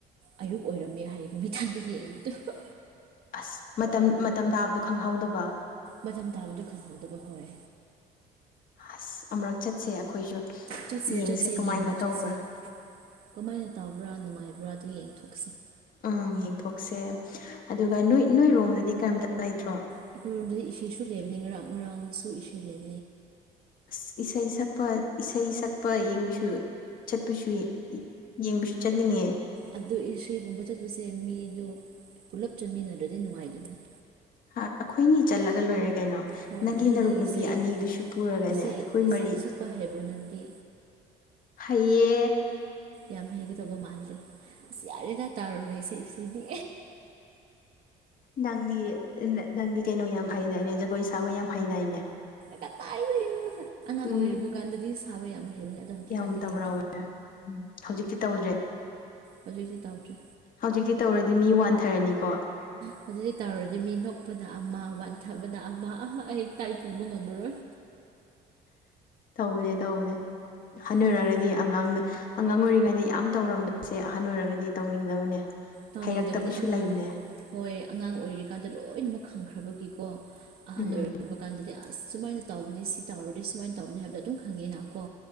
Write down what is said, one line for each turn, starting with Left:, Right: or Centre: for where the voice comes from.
Right: ꯑꯌꯨꯛ ꯑꯣꯏꯔꯝꯃꯦ ꯍꯥꯏꯌꯦ ꯅꯨꯃꯤꯗꯥꯡꯗ ꯌꯦꯡꯕꯗꯣ
Left: ꯑꯁ ꯃꯇꯝ ꯃꯇꯝ ꯇꯥꯕꯗꯣ ꯈꯪꯍꯧꯗꯕ
Right: ꯃꯇꯝ ꯊꯥꯕꯗ ꯈꯪꯍꯧꯗꯕ ꯍꯣꯏ
Left: ꯍꯁ ꯑꯃꯔꯛ ꯆꯠꯁꯦ ꯑꯩꯈꯣꯏꯁꯨ
Right: ꯆꯠꯁꯦ
Left: ꯌꯦꯡꯁꯦ
Right: ꯆꯠꯁꯦ
Left: ꯀꯃꯥꯏꯅ
Right: ꯌꯦꯡꯕ
Left: ꯇꯧꯕ꯭ꯔꯥ
Right: ꯆꯠꯁꯦ ꯀꯃꯥꯏꯅ ꯇꯕ꯭ꯔꯥ ꯅꯨꯡꯉꯥꯏꯕ꯭ꯔꯥ ꯑꯗꯨ ꯌꯦꯡꯊꯣꯛꯁꯦ
Left: ꯎꯝ ꯌꯦꯡꯊꯣꯛꯁꯦ ꯑꯗꯨꯒ ꯅꯣꯏ ꯅꯣꯏꯔꯣꯝꯗꯗꯤ ꯀꯔꯤꯝꯇ ꯂꯩꯇ꯭ꯔꯣ
Right: ꯑꯩꯈꯣꯏꯔꯣꯝꯗꯗꯤ ꯏꯁꯩꯁꯨ ꯂꯩꯕꯅꯤ ꯉꯔꯥꯡ ꯉꯔꯥꯡꯁꯨ ꯏꯁꯩ ꯂꯩꯕ
Left: ꯑ ꯏꯁꯩ ꯁꯛꯄ ꯏꯁꯩ ꯁꯛꯄ ꯌꯦꯡꯕꯁꯨ ꯆꯠꯄꯁꯨ ꯌꯦꯡꯕꯁꯨ ꯆꯠꯅꯤꯡꯉꯦ
Right: ꯑꯗꯨ ꯏꯁꯩꯒꯨꯝꯕ ꯆꯠꯄꯁꯦ ꯃꯤꯗ ꯄꯨꯂꯞ ꯆꯟꯃꯤꯟꯅꯗ꯭ꯔꯗꯤ ꯅꯨꯡꯉꯥꯏꯗꯕꯅꯦ
Left: ꯍꯥ ꯑꯩꯈꯣꯏꯅꯤ ꯆꯜꯂꯒ ꯂꯣꯏꯔꯦ ꯀꯩꯅꯣ
Right: ꯍꯣꯏ
Left: ꯅꯪꯒꯤ
Right: ꯑꯗꯨ
Left: ꯅꯔꯨꯞ
Right: ꯅꯪ
Left: ꯅꯨꯄꯤ
Right: ꯏꯁꯩ
Left: ꯑꯅꯤꯗꯨꯁꯨ ꯄꯨꯔꯒꯅꯦ
Right: ꯏꯁꯩ
Left: ꯑꯩꯈꯣꯏ
Right: ꯏꯁꯩ
Left: ꯃꯔꯤ
Right: ꯁꯛꯄ ꯍꯩꯕ꯭ꯔꯣ ꯅꯪꯗꯤ
Left: ꯍꯩꯌꯦ
Right: ꯌꯥꯝ ꯍꯩꯒꯗꯧꯕ ꯃꯥꯜꯂꯦ ꯑꯁ ꯌꯥꯔꯦꯗ ꯇꯥꯔꯥꯔꯦꯏ ꯏꯁꯩ ꯁꯤꯗꯤ
Left: ꯅꯪꯗꯤ ꯅꯪꯗꯤ ꯀꯩꯅꯣ ꯌꯥꯝ ꯍꯩꯗꯥꯏꯅꯦ ꯖꯒꯣꯏ ꯁꯥꯕ ꯌꯥꯝ ꯍꯩꯗꯥꯏꯅꯦ <inaudible>
Right: ꯀꯗꯥꯏꯗꯒꯤꯅꯣ ꯑꯉꯥꯡ
Left: ꯎꯝ
Right: ꯑꯣꯏꯔꯤꯕ ꯀꯥꯟꯗꯗꯤ ꯁꯥꯕ ꯌꯥꯝ ꯍꯩꯕꯅꯦ ꯑꯗꯣ ꯍꯧꯖꯤꯛꯀꯥꯟꯗꯤ
Left: ꯌꯥꯝ ꯇꯧꯔꯝꯃꯦ
Right: ꯍꯩꯇ꯭ꯔꯦ
Left: ꯎꯝ ꯍꯧꯖꯤꯛꯇꯤ ꯇꯧꯗ꯭ꯔꯦ
Right: ꯍꯧꯖꯤꯛꯇꯤ ꯇꯧꯗ꯭ꯔꯦ
Left: ꯍꯧꯖꯤꯛꯇꯤ ꯇꯧꯔꯗꯤ ꯃꯤ ꯋꯥꯟꯊꯔꯅꯤꯀꯣ
Right: ꯍꯧꯖꯤꯛ ꯍꯧꯖꯤꯛ ꯇꯧꯔꯗꯤ ꯃꯤ ꯅꯣꯛꯄꯗ ꯑꯃ ꯋꯥꯟꯊꯕꯗ ꯑꯃ ꯑꯩ ꯇꯥꯔꯤ ꯄꯨꯕ ꯉꯝꯃꯥꯔꯣꯣꯏ
Left: ꯇꯧꯕꯅꯦ ꯇꯧꯕꯅꯦ ꯍꯟꯅꯨꯔꯛꯒꯗꯤ
Right: ꯍꯣꯏ
Left: ꯑꯉꯥꯡꯗ ꯑꯉꯥꯡ ꯑꯣꯏꯔꯤꯉꯩꯗ ꯌꯥꯝ ꯇꯧꯔꯝꯕꯁꯦ ꯑꯍꯟ ꯑꯣꯏꯔꯒꯗꯤ ꯇꯧꯅꯤꯡꯗꯕꯅꯦ
Right: ꯇꯥꯎꯅꯤꯡꯗꯕꯅꯤ
Left: ꯍꯩꯔꯛꯇꯕꯁꯨ
Right: ꯑꯉꯥꯡ
Left: ꯂꯩꯕꯅꯦ
Right: ꯍꯣꯏ ꯑꯉꯥꯡ ꯑꯣꯏꯔꯤꯀꯥꯟꯗ ꯂꯣꯏꯅꯃꯛ ꯈꯪꯈ꯭ꯔꯕꯒꯤꯀꯣ ꯑꯍꯜ
Left: ꯎꯝ
Right: ꯑꯣꯏꯔꯛꯕ ꯀꯥꯟꯗꯗꯤ ꯑꯁ ꯁꯨꯃꯥꯏꯅ ꯇꯧꯕꯅꯤ ꯁꯤ ꯇꯧꯔꯗꯤ ꯁꯨꯃꯥꯏꯅ ꯇꯧꯕꯅꯤ ꯍꯥꯏꯕꯗꯣ ꯑꯗꯨꯝ ꯈꯪꯉꯦꯅ ꯀꯣ